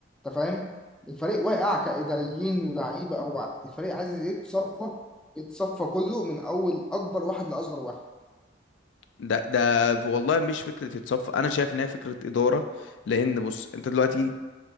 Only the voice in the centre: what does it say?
انت فاهم الفريق واقع كاداريين ولاعيبه هو الفريق عايز يتصفى يتصفى كله من اول اكبر واحد لاصغر واحد